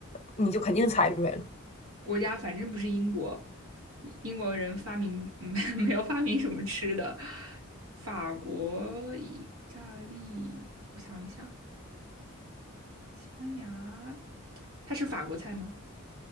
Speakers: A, on the left (about 30°); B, on the right (about 80°).
A: 你就肯定猜出来了，
B: 国家，反正不是英国，英国人发明没 <laughs> 没有发明什么吃的，法国、意大利，我想一下，西班牙，它是法国菜吗？